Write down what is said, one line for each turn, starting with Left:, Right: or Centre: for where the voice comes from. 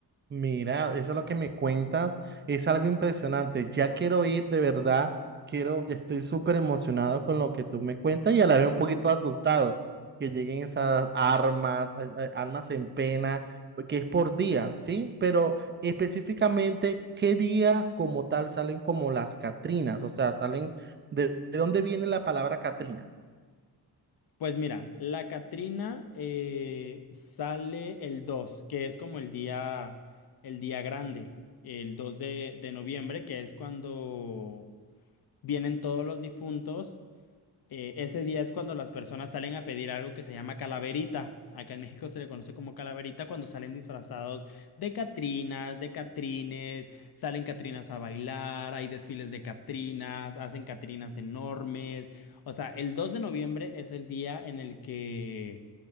Right: Mira, eso es lo que me cuentas, es algo impresionante. Ya quiero ir, de verdad, quiero, ya estoy súper emocionado con lo que tú me cuentas y a la vez un poquito asustado que lleguen esas armas, a- a- armas en pena, porque es por día, ¿sí? Pero específicamente, ¿qué día como tal salen como las Catrinas? O sea, salen, ¿de, de dónde viene la palabra Catrina?
Left: Pues mira, la Catrina eh, sale el dos que es como el día, el día grande, el 2 de, de noviembre, que es cuando vienen todos los difuntos Eh, ese día es cuando las personas salen a pedir algo que se llama calaverita. Acá en México se le conoce como calaverita cuando salen disfrazados de catrinas, de catrines, salen catrinas a bailar, hay desfiles de catrinas, hacen catrinas enormes. O sea, el 2 de noviembre es el día en el que